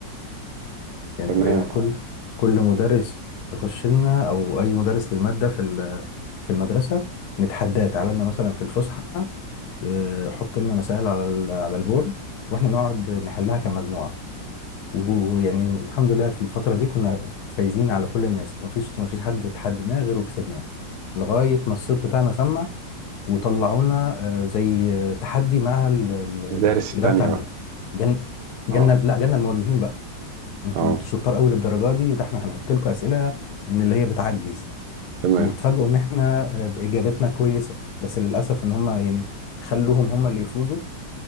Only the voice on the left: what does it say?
يعني
بقينا كل
كل مدرس يخش لنا او اي مدرس للماده في ال- في المدرسه نتحداه تعالى لنا مثلا في الفسحه آه، حط لنا مسائل على ال- على البورد واحنا نقعد نحلها كمجموعه ويعني الحمد لله في الفتره دي كنا فايزين على كل الناس مفيش مفيش حد اتحدناه غير وكسبناه لغايه ما الصيت بتاعنا سمع وطلعونا آه، زي تحدي مع ال- ال- ال-
الاداره
التعليميه
جالنا جالنا
لا جالنا الموجهين بقى انتوا
انتوا شطار قوي للدرجه دي ده احنا هنحط لكم اسئله من اللي هي بتعجز
وتفاجئوا ان احنا آه، باجابتنا كويسه بس للاسف ان هم يعني خلوهم هم اللي يفوزوا